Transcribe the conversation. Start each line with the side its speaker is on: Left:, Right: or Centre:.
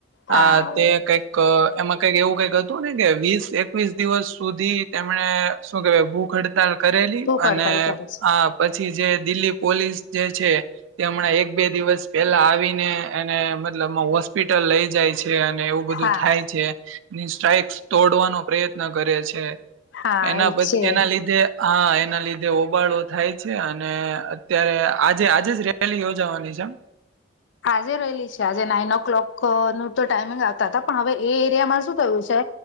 Left: હા
Right: આ તે કઈક એમાં કઈક એવું કઈક હતું ને કે વીસ એકવીસ દિવસ સુધી. તેમણે શું કેવાય ભૂખ હડતાલ કરેલી
Left: ભૂખ
Right: અને
Left: હડતાલ કરે છે
Right: આ પછી જે. દિલ્હી પોલીસ જે છે. તે હમણાં એક બે દિવસ પેલા આવીને એને મતલબ હોસ્પિટલ લઈ જાય છે. છે અને એવું બધું
Left: હા
Right: થાય છે સ્ટ્રાઈક્ તોડવાનો પ્રયત્ન કરે છે.
Left: હા
Right: એના
Left: એ છે
Right: એના લીધે હા એના લીધે હોબાળો થાય છે. અને અત્યારે આજે આજે જ રેલી યોજાવાની છે એમ
Left: આજે રહેલી છે આજે નાઈન ઓ ક્લોક નું તો ટાઈમિંગ આવતા હતા પણ હવે એ એરિયામાં શું થયું છે?